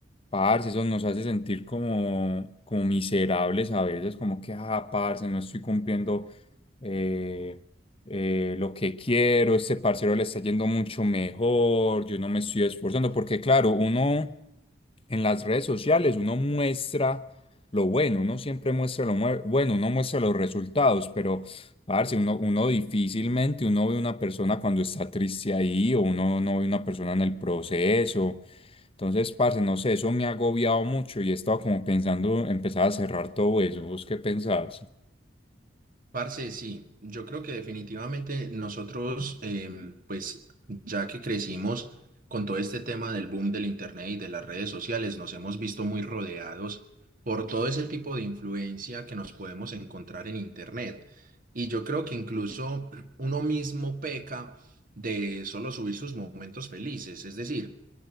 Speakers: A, on the left (about 30°); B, on the right (about 45°).
A: Parce, eso nos hace sentir como, como miserables a veces, como que, ah, parce, no estoy cumpliendo eh, eh, lo que quiero, este parcero le está yendo mucho mejor, yo no me estoy esforzando, porque claro, uno en las redes sociales uno muestra lo bueno, uno siempre muestra lo mue- bueno, uno muestra los resultados, pero parce, uno, uno difícilmente uno ve una persona cuando está triste ahí o uno no ve una persona en el proceso. Entonces, parce, no sé, eso me ha agobiado mucho y he estado como pensando empezar a cerrar todo eso. ¿Vos qué pensás?
B: Parce, sí, yo creo que definitivamente nosotros, em, pues ya que crecimos con todo este tema del boom del Internet y de las redes sociales, nos hemos visto muy rodeados por todo ese tipo de influencia que nos podemos encontrar en Internet. Y yo creo que incluso uno mismo peca de solo subir sus momentos felices, es decir,